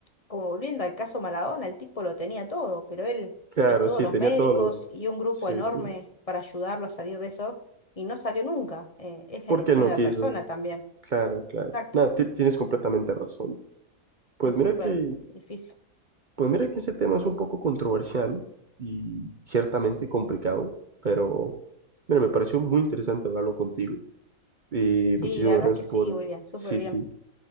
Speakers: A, on the left (about 35°); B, on the right (about 45°).
A: como volviendo al caso Maradona, el tipo lo tenía todo, pero él
B: Claro,
A: y todos
B: sí,
A: los
B: tenía
A: médicos
B: todos los...
A: y un grupo
B: Sí,
A: enorme
B: sí.
A: para ayudarlo a salir de eso, y no salió nunca. Eh, es
B: ¿Por
A: la elección
B: qué él no
A: de la
B: quiso?
A: persona también.
B: Claro, claro.
A: Exacto,
B: Nada, ti- tienes completamente razón. Pues
A: es
B: mira
A: súper
B: que,
A: difícil.
B: pues mira que ese tema es un poco controversial y ciertamente complicado, pero... Mira, me pareció muy interesante hablarlo contigo y
A: Sí,
B: muchísimas
A: la verdad
B: gracias
A: es que sí,
B: por,
A: William, súper
B: sí,
A: bien.
B: sí,